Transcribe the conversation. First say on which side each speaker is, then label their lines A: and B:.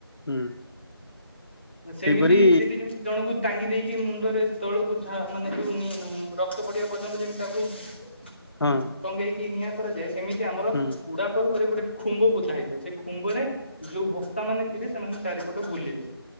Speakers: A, on the left; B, on the left.
A: ହୁଁ।
B: ସେମିତି
A: ସେଇପରି
B: ସେଠି ଯେମିତି ଜଣଙ୍କୁ ଟାଙ୍ଗି ଦେଇକି ମୁଣ୍ଡରେ ତଳକୁ ଝା ମାନେ ଯୋଉ ନି ନୁମ୍ ରକ୍ତ ପଡିବା ପର୍ଯ୍ୟନ୍ତ ଯେମିତି ତାକୁ <inaudible>
A: ହଁ
B: ଟଙ୍କେଇକି ନିଆଁ କରାଯାଏ ସେମିତି ଆମର
A: ହୁଁ
B: ଉଡା ପର୍ବରେ ଗୋଟେ ଖୁମ୍ବ ପୋତା ହେଇଥିବ ସେ ଖୁ ଖୁମ୍ଭରେ ଯୋଉ ଭକ୍ତା ମାନେ ଥିବେ ସେମାନେ ଚାରିପଟ ବୁଲିବେ